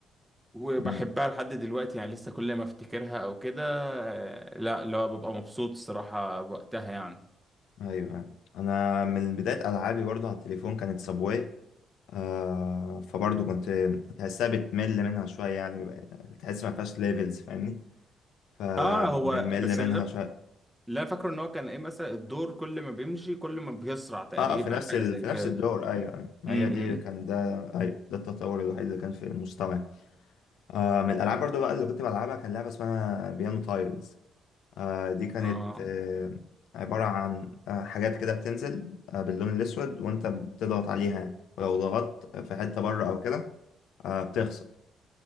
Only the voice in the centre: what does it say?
وبحبها
لحد دلوقتي يعني لسه كل ما افتكرها أو كده آه، لا لا ببقى مبسوط الصراحة بوقتها يعني
اه هو بس
اللي
اللي انا فاكره ان هو كان ايه مثلا الدور كل ما بيمشي كل ما بيسرع تقريبا
حاجه
زي
كده
م-
م.
اه